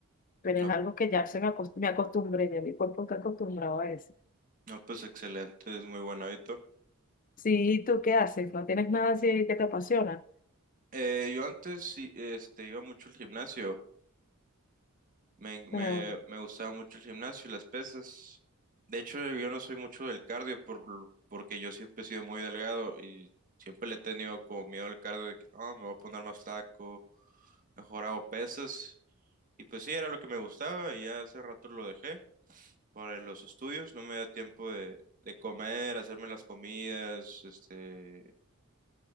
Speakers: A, on the left; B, on the right.
A: pero
B: No,
A: es algo que ya se me, acost- me acostumbré, ya mi cuerpo está acostumbrado a eso.
B: No, pues excelente, es muy buen hábito.
A: Sí, ¿y ¿tú qué haces? ¿No tienes nada así que te apasiona?
B: Eh, yo antes sí, este, iba mucho al gimnasio, me, me,
A: Claro,
B: me gustaba mucho el gimnasio y las pesas. De hecho, yo no soy mucho del cardio por, porque yo siempre he sido muy delgado y siempre le he tenido como miedo al cardio de que "Ah, me voy a poner más flaco, mejor hago pesas. Y pues sí, era lo que me gustaba y ya hace rato lo dejé para los estudios, no me da tiempo de, de comer, hacerme las comidas, este,